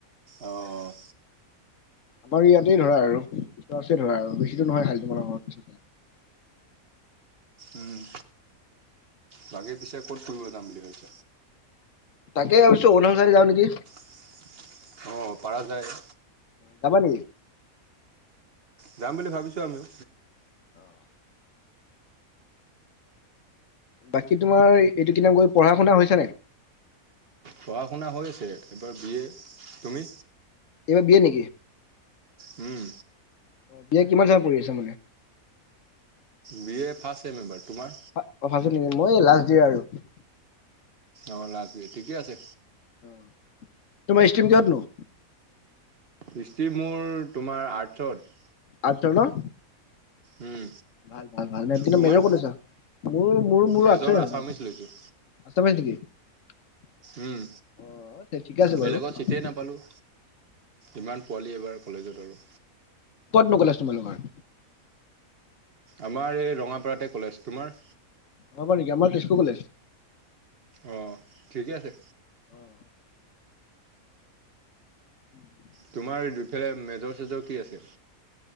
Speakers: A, on the right; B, on the left.
A: অহ অহ।
B: আমাৰ ইয়াতেই ধৰা আৰু উচৰা উচৰি ধৰা আৰু বেছি দুৰ নহয় খালি তোমাৰ মোৰ।
A: উম। বাকী পিছে ক'ত ফুৰিব যাম বুলি ভাবিছ?
B: তাকে ভাবিছো অৰুণাচল যাওঁ নেকি।
A: অ পাৰা যায়।
B: যাবা নেকি?
A: যাম বুলি ভাবিছো আমিও।
B: অহ। বাকী তোমাৰ এইটো কিনাম কৈ পঢ়া শুনা হৈছে নাই?
A: পঢ়া-শুনা হৈ আছে এইবাৰ বি এ, তুমি?
B: এইবাৰ বি এ নেকি?
A: উম।
B: অ', বি এ কিমান চেমত পঢ়ি আছে মানে?
A: বি এ ফাৰ্ষ্ট ছেম এইবাৰ, তোমাৰ?
B: অ', ফাৰ্ষ্ট ছেম নেকি? মই এই লাষ্ট দিয়া আৰু।
A: অ', লাষ্ট ইয়ৰ ঠিকে আছে।
B: তোমাৰ ইষ্ট্ৰিম কিহত নো?
A: ইষ্ট্ৰীম মোৰ তোমাৰ আৰ্টছত।
B: আৰ্টছৰ ন'?
A: উম
B: ভাল ভাল ভাল কিন্তু
A: তোমাৰ
B: মেজৰ ক'ত লৈছা? মোৰ মোৰ মোৰো
A: মেজৰ
B: আৰ্টছৰে হয়
A: আছামিছ লৈছোঁ
B: <unintelligible>
A: উম,
B: অ তে ঠিকে আছে
A: বেলেগত
B: বাৰু অ
A: ছিটেই নাপালোঁ। ইমান পোৱালি এবাৰ কলেজত আৰু।
B: ক'তনো কলেজ তোমালোকৰ?
A: আমাৰ এই ৰঙাপাৰাতে কলেজ, তোমাৰ?
B: ৰঙাপৰা নেকি? আমাৰ তেজপুৰ কলেজ।
A: অ', ঠিকে আছে।
B: অ'। উম।
A: তোমাৰ দুফালে মেজৰ-চেজৰ কি আছে?